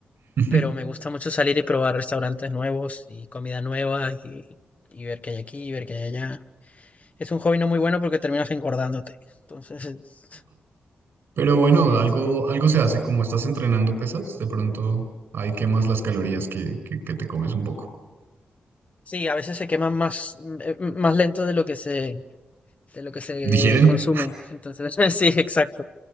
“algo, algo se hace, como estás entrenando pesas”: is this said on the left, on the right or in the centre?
Right